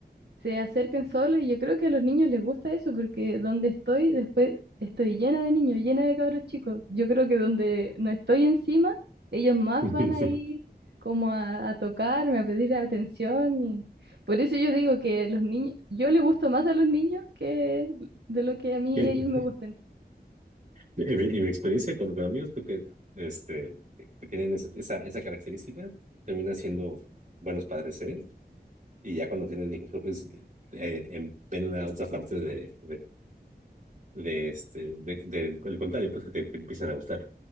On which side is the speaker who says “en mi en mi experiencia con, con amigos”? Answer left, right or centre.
Right